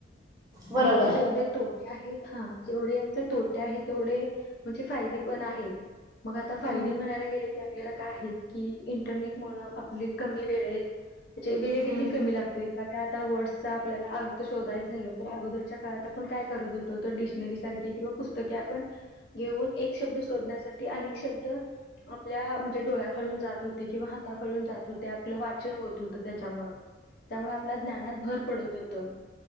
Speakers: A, on the left; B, on the right.
A: पण
B: बरोबर
A: याचे जेवढे
B: आहे
A: तोटे आहेत हा जेवढे यांचे तोटे आहे तेवढे म्हणजे फायदे पण आहेत मग आता फायदे
B: हम्म
A: म्हणायला गेले की आपल्याला काय आहेत की इंटरनेट मुळ आपली कमी वेळेत त्याचे वेळ देखील
B: हम्म
A: कमी लागते एखाद्या आता वर्ड्सचा आपल्याला अर्थ शोधाय झाल तर अगोदरच्या त्या काळात आपण काय करत होतो तर डिक्शनरी सारखे किंवा पुस्तके आपण घेऊन एक शब्द शोधण्यासाठी अनेक शब्द आप आपल्या म्हणजे डोळ्या खालून जात होते किंवा हाताखालून जात होते आपलं वाचन होत होतं त्याच्यामुळ त्यामुळे आपल्या ज्ञानात भर पडत होत